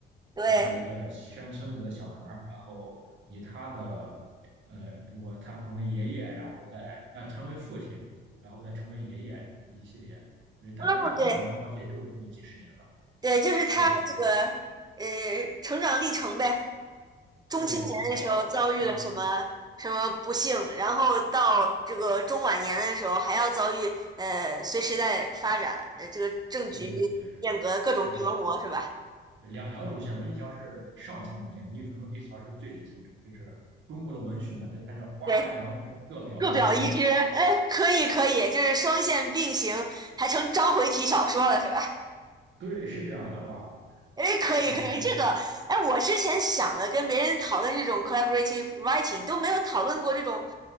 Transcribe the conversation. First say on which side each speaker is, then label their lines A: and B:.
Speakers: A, on the right; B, on the right.
A: 对，
B: 哪的一个山村子的小孩儿，然后以他的呃，如果他成为爷爷，然后再呃成为父亲，然后再成为爷爷一系列的，因为大概朝鲜王朝也就这么几十年吧，
A: 哦对对，就是他这个
B: 可以，
A: 呃成长历程呗。中青年的时候遭遇了什么什么不幸，
B: 对，就是花是是的，
A: 然后到这个中晚年的时候还要遭遇呃随时代发展，呃这个政局
B: 对对对，
A: 变革各种折磨是吧？
B: 是这样的。两条主线嘛，一条是上层的建筑，一条一条是最底层的，就是中国的文学嘛，它它叫花开两朵，
A: 对，
B: 各表一枝嘛，
A: 各表一枝，
B: 对吧？
A: 哎，可以可以，就是双线并行，还成章回体小说了是吧？
B: 对，是这样的哇。
A: 哎，可以可以，
B: 那我们这个，
A: 这个，哎，我之前想了跟别人讨论这种 collaborative writing，都没有讨论过这种，